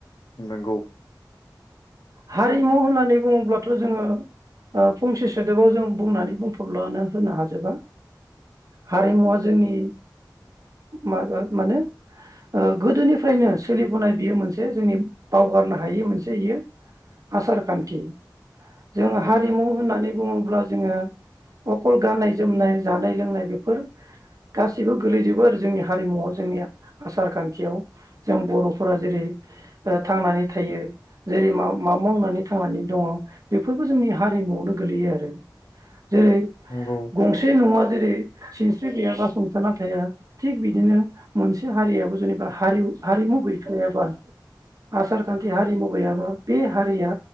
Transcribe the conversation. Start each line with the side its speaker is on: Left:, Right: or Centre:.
Left: नोंगौ
Right: हारिमु होननानै बुङोब्लाथ' जोङो अ फंसे सोदोबाव जों बुंनानै बुंफुरलु होनो हाजोबा हारिमुवा जोंनि माबा माने अ गोदोनिफ्रायनो सोलिबोनाय बियो मोनसे जोंनि बावगारनो हायि मोनसे बियो आसारखानथि जों
Left: नोंगौ
Right: हारिमु होननानै बुङोब्ला जोङो अकल गाननाय जोमनाय जानाय लोंनाय बेफोर गासैबो गोलैजोबो आरो जोंनि हारिमुवआव जोंनि आसार खानथियाव जों बर' फोरा जेरै अ थांनानै थायो जेरै मा मा मावनानै थांनानै दङ बेफोरबो जोंनि हारिमुआवनो गोलैयो आरो जेरै
Left: नोंगौ
Right: गंसे न'आ जेरै सिनस्रि गैयाबा संथाना थाया थिग बिदिनो मोनसे हारियाबो जेनेबा हारि हारिमु गैफेराबा आसार खानथि हारिमु गैयाबा बे हारिया